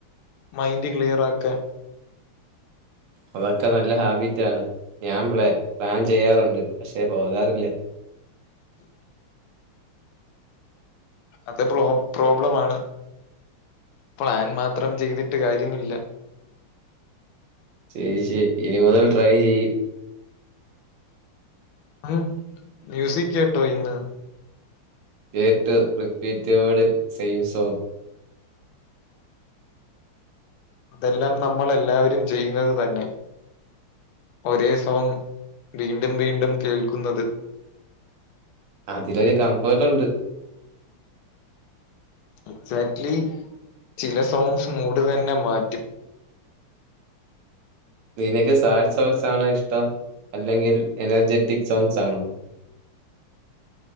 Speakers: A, on the left; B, on the right.
A: മൈന്റ് ക്ലിയറാക്കാൻ
B: അതൊക്കെ നല്ല ഹാബിറ്റാണ് ഞാൻ പ്ലേ പ്ലാൻ ചെയ്യാറുണ്ട് പക്ഷേ പോകാറില്ല
A: അത് പ്രോ പ്രോബ്ലമാണ് പ്ലാൻ മാത്രം ചെയ്തിട്ട് കാര്യമില്ല
B: ശെരി ശെ ഇനി മുതൽ ട്രൈ ചെയ്യും
A: ഉം മൂസിക് കേട്ടോ ഇന്ന്
B: കേട്ടു റിപ്പീറ്റ് മൂഡ്‌ സെയിം സോങ്
A: അതെല്ലാം നമ്മളെല്ലാവരും ചെയ്യുന്നത് തന്നെ ഒരേ സോങ്ങ് വീണ്ടും വീണ്ടും കേൾക്കുന്നത്
B: അതിലൊരു കംഫേർട്ട്ണ്ട്
A: എക്സാക്റ്റ്ലി ചില സോങ്ങ്സ് മൂട് തന്നെ മാറ്റും
B: നിനക്ക് സാഡ് സോങ്ങ്സ് ആണോ ഇഷ്ടം അല്ലെങ്കിൽ എനർജെറ്റിക് സോങ്ങ്സ് ആണോ